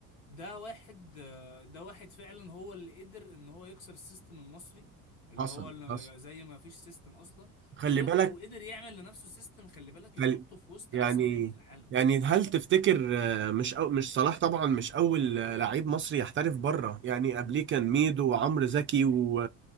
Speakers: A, on the left (about 65°); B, on the right (about 25°).
A: ده واحد آه، ده واحد فعلا هو اللي قدر ان هو يكسر السيستم المصري اللي
B: حصل
A: هو اللي ما-
B: حصل
A: زي ما فيش سيستم اصلا
B: خلي
A: ويقدر
B: بالك
A: وقدر يعمل لنفسه سيستم خلي بالك يحطه
B: هل
A: في وسط
B: يعني
A: احسن لعيبه العالم
B: يعني هل تفتكر آه، مش أو مش صلاح طبعا مش اول آه، لعيب مصري يحترف بره يعني قبليه كان ميدو وعمرو زكي و